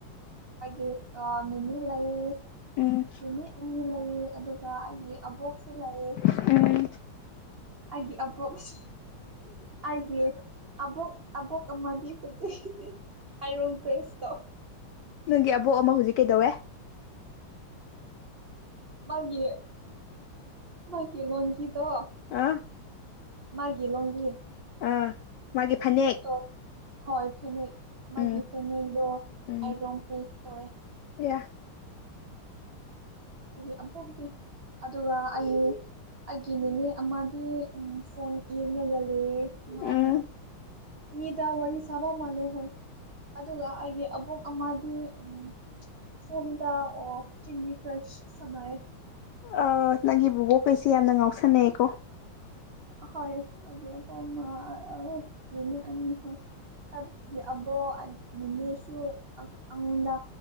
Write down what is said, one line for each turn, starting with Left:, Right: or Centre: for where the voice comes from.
Right: ꯑꯩꯒꯤ ꯑꯥ ꯅꯦꯅꯦ ꯂꯩ
Left: ꯎꯝ
Right: ꯅꯨꯃꯤꯠ ꯑꯅꯤ ꯂꯩꯌꯦ ꯑꯗꯨꯒ ꯑꯩꯒꯤ ꯑꯕꯣꯛꯁꯨ ꯂꯩꯌꯦ
Left: ꯎꯝ
Right: ꯑꯩꯒꯤ ꯑꯕꯣꯛꯁ ꯑꯩꯒꯤ ꯑꯕꯣꯛ ꯑꯕꯣꯛ ꯑꯃꯗꯤ <unintelligible>
Left: ꯅꯪꯒꯤ ꯑꯕꯣꯛ ꯑꯃ ꯍꯧꯖꯤꯛ ꯀꯩꯗꯧꯋꯦ
Right: ꯃꯪꯒꯤ ꯃꯪꯀꯤ ꯃꯪꯀꯤ ꯇꯣ
Left: ꯑꯥ
Right: ꯃꯥꯒꯤ ꯃꯪꯒꯤ
Left: ꯑꯥ ꯃꯥꯒꯤ ꯐꯅꯦꯡ
Right: ꯇꯣ ꯍꯣꯏ ꯐꯅꯦꯡ ꯃꯥꯒꯤ
Left: ꯎꯝ
Right: ꯐꯅꯦꯡꯗꯣ
Left: ꯎꯝ
Right: ꯑꯩꯔꯣꯡ <unintelligible>
Left: ꯌꯥ
Right: <unintelligible> ꯑꯗꯨꯒ ꯑꯩ ꯑꯩꯒꯤꯅꯦꯅꯦ ꯃꯥꯗꯤ ꯑꯝ ꯐꯣꯟ ꯌꯦꯡꯒ ꯂꯩꯌꯦ ꯃꯥ
Left: ꯎꯝ
Right: ꯃꯛ ꯃꯤꯗꯥ ꯋꯥꯔꯤ ꯁꯥꯕ ꯃꯂꯦꯜ ꯍꯣꯢ ꯑꯗꯨꯒ ꯑꯩꯒꯤ ꯑꯕꯣꯛ ꯑꯃꯗꯤ ꯎꯝ ꯐꯣꯟꯗ ꯑꯣ ꯆꯤꯟꯅꯤ <unintelligible>
Left: ꯑꯥ ꯅꯪꯒꯤ ꯕꯣꯕꯣꯛ ꯀꯩꯁꯦ ꯌꯥꯝꯅ ꯉꯥꯎꯁꯟꯅꯩꯑꯀꯣ
Right: ꯍꯣꯢ ꯑꯩꯒꯤꯕꯣꯛ ꯑꯃ ꯑꯥ ꯅꯤꯅꯦ ꯑꯅꯤ ꯍꯣꯢ ꯑꯕ ꯑꯕꯣꯛ ꯑꯟ ꯅꯦꯅꯦꯁꯨ <unintelligible> ꯑꯉꯣꯟꯗ